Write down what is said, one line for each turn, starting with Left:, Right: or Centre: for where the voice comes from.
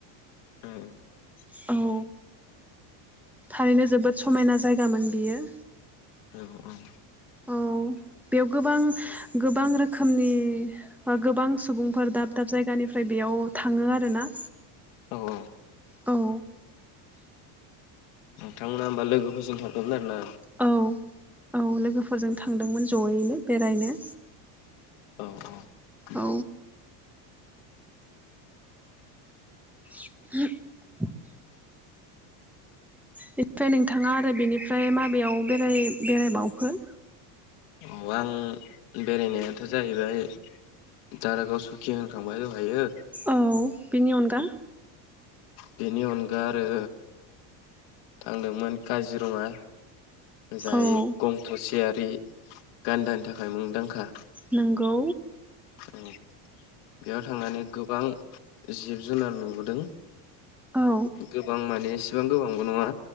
Left: उम
Centre: औ थारैनो जोबोद समायना जायगामोन बियो
Left: औ ओं
Centre: औ बेयाव गोबां-गोबां रोखोमनि बा गोबां सुबुंफोर दाब-दाब जायगानिफ्राय बेयाव थाङो आरो ना
Left: औ औ
Centre: औ
Left: नोंथांमोना होमबा लोगोफोरजों थांदोंमोन आरो ना
Centre: औ-औ लोगोफोरजों थांदोंमोन जयैनो बेरायनो
Left: औ औ <inaudible>
Centre: औ <unintelligible> बेनिफ्राय नोंथाङा आरो बेनिफ्राय माबेयाव बेराय बेरायबावखो
Left: औ आं बेरायनायाथ' जाहैबाय दारागाव सुखि होनखांबाय दहायो
Centre: औ बेनि अनगा
Left: बेनि अनगा आरो थांदोंमोन काजिरङा जाय
Centre: औ
Left: गंथ' सेआरि आरि गान्दानि थाखाय मुंदांखा
Centre: नोंगौ
Left: औ बेयाव थांनानै गोबां जिब जु जुनार नुबोदों
Centre: औ
Left: गोबां माने बां गोबांबो नङा